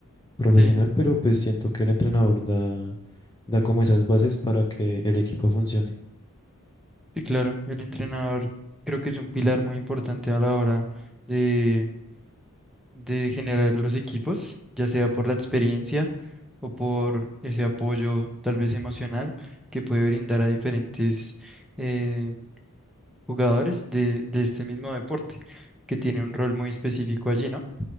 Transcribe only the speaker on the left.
profesional,
pero pues siento que el entrenador da, da como esas bases para que el equipo funcione.